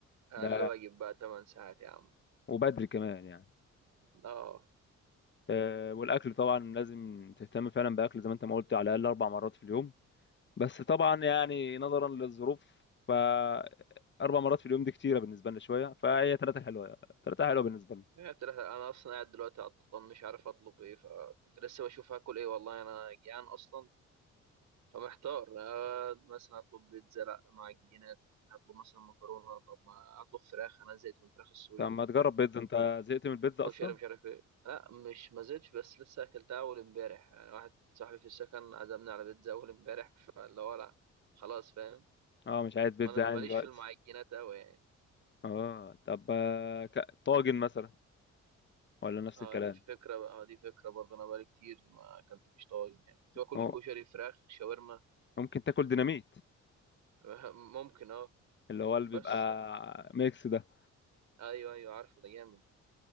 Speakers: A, on the right; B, on the left.
A: أقل
B: ده
A: واجب بقى 8 ساعات يا عم
B: وبدري كمان يعني
A: اه
B: آه، والاكل طبعا لازم تهتم فعلا باكل زي ما انت ما قلت على الاقل اربع مرات في اليوم بس طبعا يعني نظرا للظروف ف اربع مرات في اليوم دي كتيره بالنسبه لنا شويه فهي ثلاثه حلوه ثلاثه حلوه بالنسبه لنا
A: هي بتلاقي- أنا أصلا قاعد دلوقتي عطلان مش عارف أطلب إيه فكنت لسه بشوف هاكل إيه والله أنا جيعان أصلا فمحتار آه مثلا أطلب بيتزا لأ معجنات هطلب مثلا مكرونة طب ما أطلب فراخ أنا زهقت من الفراخ السوري
B: طب ما تجرب بيتزا انت زهقت من البيتزا
A: كوشري
B: اصلا
A: مش عارف ايه لا مش ما زلتش بس لسه اكلتها اول امبارح يعني واحد صاحبي في السكن عزمني على بيتزا اول امبارح فاللي هو لا خلاص فاهم
B: اه مش عايز بيتزا
A: انا ماليش
B: يعني دلوقتي
A: في المعجنات قوي يعني
B: اه طب آه، ك- طاجن مثلا ولا نفس
A: اه
B: الكلام
A: دي فكره بقى اه دي فكره برضه انا بقالي كتير ما اكلتش طاجن يعني كنت باكل
B: اه
A: كشري فراخ شاورما
B: ممكن تاكل ديناميت
A: <laughs> ممكن اه
B: اللي هو اللي
A: بس
B: بيبقى ميكس ده
A: ايوه ايوه عارف ده جامد